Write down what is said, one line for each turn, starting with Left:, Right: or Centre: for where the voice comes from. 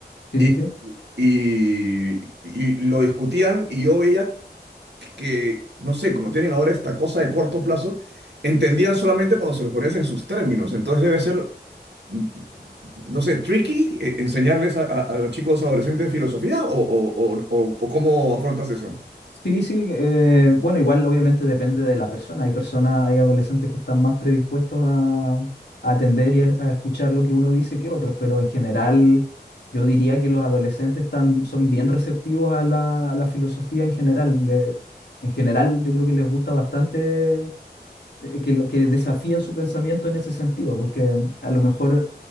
Left: Sí,
Right: y,
Left: sí, sí.
Right: y, y lo discutían y yo veía que, no sé, como tienen ahora esta cosa de corto plazo, entendían solamente cuando se los ponías en sus términos, entonces debe ser, mm, no sé, tricky eh, enseñarles a, a- a los chicos adolescentes filosofía o, o, o, o- o cómo afrontas eso.
Left: Sí, sí, eh, bueno, igual obviamente depende de la persona. Hay personas, hay adolescentes que están más predispuestos a, a atender y a, a escuchar lo que uno dice que otros, pero en general yo diría que los adolescentes están, son bien receptivos a la, a la filosofía en general. Le- en general yo creo que les gusta bastante eh, que, lo- que desafían su pensamiento en ese sentido, porque a lo mejor,